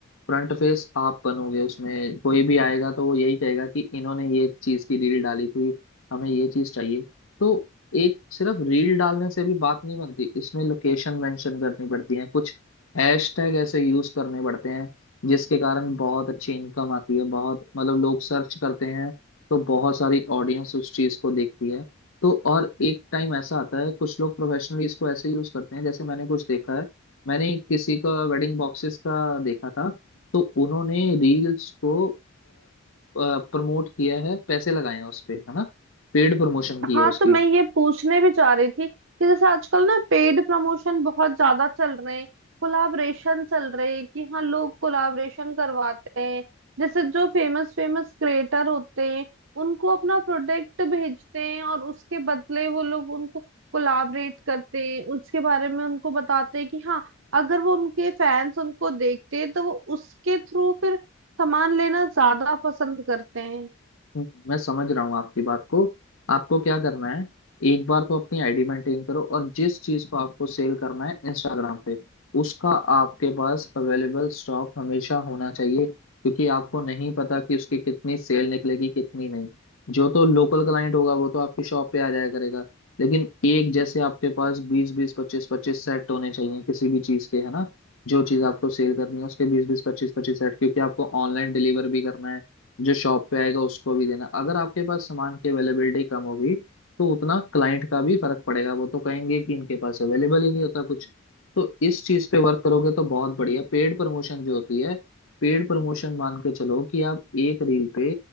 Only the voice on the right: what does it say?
हाँ
तो मैं ये पूछने भी चाह रही थी कि जैसे आजकल ना पेड प्रमोशन बहुत ज्यादा चल रहे हैं कोलाबरेशन चल रहे हैं कि हाँ लोग कोलाबरेशन करवाते हैं जैसे जो फेमस फेमस क्रिएटर होते हैं उनको अपना प्रोडक्ट भेजते हैं और उसके बदले वो लोग उनको कोलाबरेट करते हैं उसके बारे में उनको बताते हैं कि हाँ अगर वो उनके फैंस उनको देखते हैं तो वो उसके थ्रू फिर सामान लेना ज्यादा पसंद करते हैं